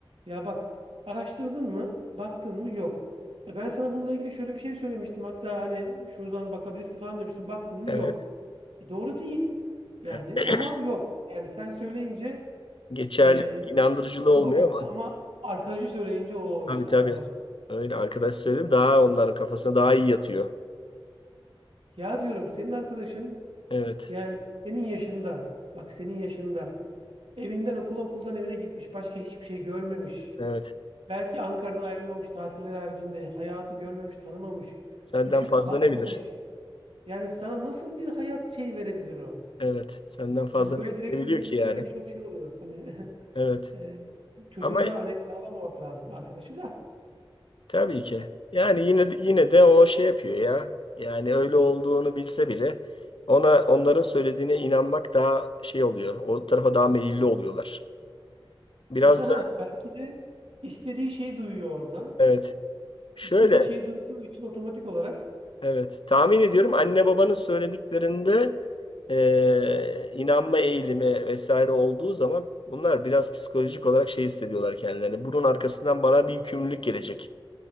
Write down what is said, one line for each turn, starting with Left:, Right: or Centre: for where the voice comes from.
Right: Ya bak araştırdın mı? Baktın mı? Yok. E ben sana bununla ilgili şöyle bir şey söylemiştim. Hatta hani şuradan bakabilirsin falan demiştim. Baktın mı?
Left: evet.
Right: Yok. Doğru değil yani
Left: <clears throat>
Right: ama yok. Yani sen söyleyince
Left: Geçerli
Right: e,
Left: bir inandırıcılığı olmuyor
Right: yok
Left: ama.
Right: ama arkadaşı söyleyince o
Left: Tabii
Right: işte
Left: tabii.
Right: arkadaş.
Left: Öyle arkadaş söyledim daha onların kafasına daha iyi yatıyor.
Right: Ya diyorum senin arkadaşın
Left: Evet,
Right: yani senin yaşında bak senin yaşında evinden okula okuldan evine gitmiş başka hiçbir şey görmemiş.
Left: evet.
Right: Belki Ankara'dan ayrılmamış tatiller haricinde hayatı görmemiş tanımamış
Left: Senden
Right: düşüp
Left: fazla
Right: kalkmamış.
Left: ne bilir?
Right: Yani sana nasıl bir hayat şeyi verebilir o?
Left: Evet. Senden fazla
Right: Hani böyle direkt
Left: ne biliyor
Right: söyleyince
Left: ki yani?
Right: tabii ki çok şey oluyor. Hani <laughs>
Left: Evet.
Right: Ee, çocuğu
Left: Ama
Right: da hani karalamamak lazım arkadaşı da.
Left: tabii ki. Yani yine de, yine de o şey yapıyor ya. Yani öyle olduğunu bilse bile ona onların söylediğine inanmak daha şey oluyor. O tarafa daha meyilli oluyorlar. Biraz
Right: Ya da
Left: da
Right: ha belki de istediği şeyi duyuyor oradan.
Left: evet. Şöyle
Right: İstediği şeyi duyduğu için otomatik olarak
Left: evet. Tahmin ediyorum anne babanın söylediklerinde eee, inanma eğilimi vesaire olduğu zaman bunlar biraz psikolojik olarak şey hissediyorlar kendilerini. Bunun arkasından bana bir yükümlülük gelecek.